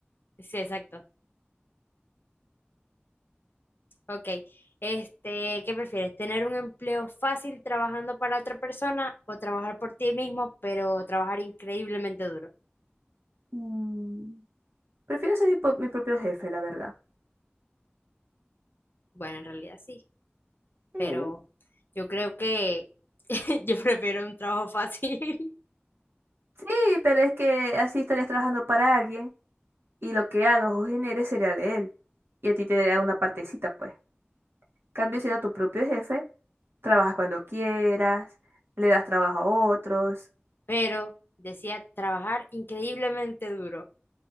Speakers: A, on the left (about 55°); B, on the right (about 65°).
A: Sí, sí, exacto. Ok. Este, ¿qué prefieres? ¿Tener un empleo fácil trabajando para otra persona o trabajar por ti mismo, pero trabajar increíblemente duro?
B: Mm, Prefiero ser mi, po- mi propio jefe, la verdad.
A: Bueno, en realidad sí,
B: Sí.
A: pero yo creo que <laughs> yo prefiero un trabajo fácil.
B: Sí, pero es que así estarías trabajando para alguien y lo que hagas o generes sería de él. Y a ti te daría una partecita, pues. Cambio siendo tu propio jefe, trabajas cuando quieras, le das trabajo a otros.
A: pero decía trabajar increíblemente duro. O